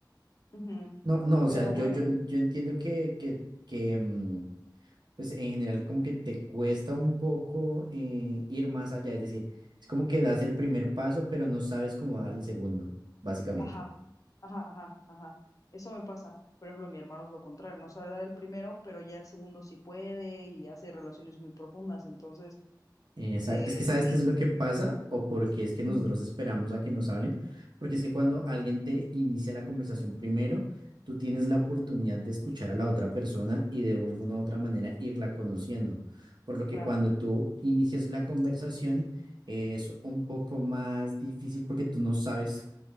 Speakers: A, on the left; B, on the right.
A: ujú,
B: No, no, o
A: pero
B: sea,
A: bueno,
B: yo, yo, yo entiendo que, que, que, mm, pues en general como que te cuesta un poco eh, ir más allá, es decir, es como que das el primer paso, pero no sabes cómo dar el segundo, básicamente.
A: ajá, ajá, ajá, ajá. Eso me pasa. Por ejemplo, mi hermano es lo contrario, no sabe dar el primero, pero ya el segundo sí puede y hace relaciones muy profundas. Entonces,
B: Eh, sa-
A: eh,
B: es que sabes
A: sí,
B: qué es lo que pasa o por qué es que
A: ujú,
B: nosotros esperamos a que nos hablen, porque es que cuando alguien te inicia la conversación primero, tú tienes la oportunidad de escuchar a la otra persona y de alguna u otra manera irla conociendo, por lo que
A: claro.
B: cuando tú inicias la conversación, es un poco más difícil porque tú no sabes